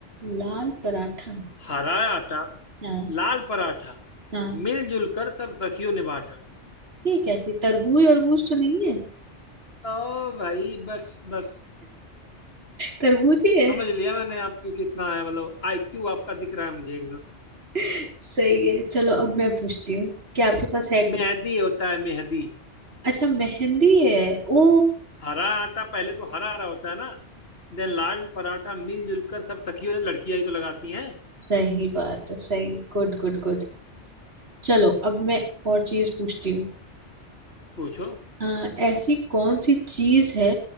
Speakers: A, on the right (about 55°); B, on the left (about 55°).
A: लाल पराठा
B: हरा आटा
A: हाँ
B: लाल पराठा
A: हाँ
B: मिलजुल कर सब सखियों ने बांटा
A: ये क्या चीज तरबूज अरबूज तो नहीं है
B: ओ भाई बस बस
A: तरबूज ही है
B: समझ लिया मैंने आपकी कितना है मतलब आईक्यू आपका दिख रहा है मुझे एकदम
A: <laughs> सही है चलो अब मैं पूछती हूँ क्या आपके पास है कुछ
B: मेहदी होता है मेहदी
A: अच्छा मेहंदी है ओ
B: हरा आटा पहले तो हरा हरा होता है ना देन लाल पराठा मिलजुल कर सब सखियों ने लड़कियां ही तो लगाती हैं
A: सही बात है सही गुड गुड गुड चलो अब मैं एक और चीज पूछती हूँ
B: पूछो
A: अ, ऐसी कौन सी चीज है